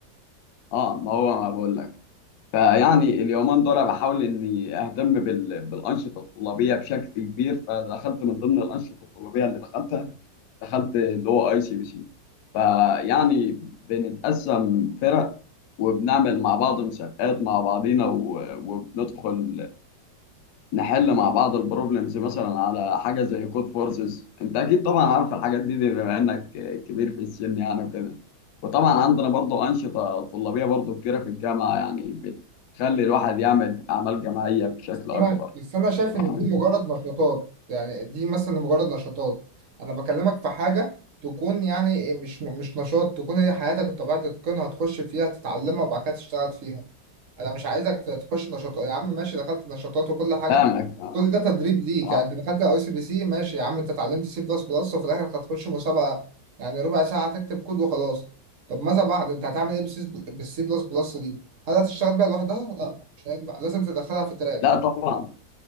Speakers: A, on the left (about 70°); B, on the right (about 50°).
A: آه ما هو ما بقول لك فيعني اليومين دول بحاول إني أهتم بال... بالأنشطة الطلابية بشكل كبير فدخلت من ضمن الأنشطة الطلابية اللي دخلتها دخلت اللي هو أي سي بي سي فيعني بنتقسم فرق وبنعمل مع بعض مسابقات مع بعضينا و... وبندخل نحل مع بعض البروبلمز مثلا على حاجه زي كود فورسز انت اكيد طبعا عارف الحاجات دي, دي بما انك كبير في السن يعني وكده وطبعا عندنا برضو انشطه طلابيه برضو كتيره في الجامعه يعني بتخلي الواحد يعمل اعمال جماعيه بشكل
B: بس
A: اكبر
B: انا بس انا شايف
A: يعني
B: ان دي مجرد نشاطات يعني دي مثلا مجرد نشاطات انا بكلمك في حاجه تكون يعني مش مش نشاط تكون هي حياتك انت بقى تتقنها تخش فيها تتعلمها وبعد كده تشتغل فيها انا مش عايزك تخش نشاطات يا عم ماشي دخلت نشاطات وكل حاجه
A: فاهمك فاهمك.
B: كل ده تدريب ليك
A: اه
B: يعني انت دخلت اي سي بي سي ماشي يا عم انت اتعلمت سي بلس بلس وفي الاخر هتخش مسابقه يعني ربع ساعه هتكتب كود وخلاص طب ماذا بعد انت هتعمل ايه بالسي بلس بلس دي هل هتشتغل بيها لوحدها لا مش هينفع لازم تدخلها في تراك
A: لا طبعا